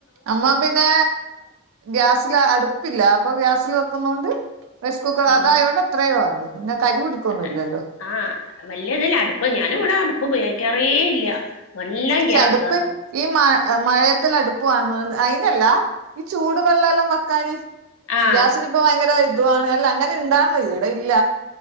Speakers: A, on the right; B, on the left.
A: അമ്മ പിന്നെ ഗ്യാസില് അടുപ്പില്ല അപ്പൊ ഗ്യാസിൽ വെക്കുന്നോണ്ട് റൈസ്കുക്കർ
B: ആ
A: അതായൊണ്ട് അത്രയോ ആണ്ടോ പിന്നെ കരി പിടിക്കൊന്നും
B: തന്നെ
A: ഇല്ലല്ലോ
B: ആഹ് വല്ല ഇതല്ല അടുപ്പ് ഞാനും ഇവിടെ അടുപ്പ് ഉപയോഗിക്കാറേ ഇല്ല എല്ലാം
A: പക്ഷെ
B: ഗ്യാസാണ്
A: അടുപ്പ് ഈ മ മഴയത്തുള്ള അടുപ്പ് വണ അയിനല്ലാ ഈ ചൂട് വെള്ളം എല്ലാം വെക്കാന്
B: ആഹ്
A: ഗ്യാസിന് ഇപ്പൊ ഭയങ്കര ഇതുആണ് അല്ല അങ്ങനെ ഇണ്ടാർന്ന് ഈടെ ഇല്ല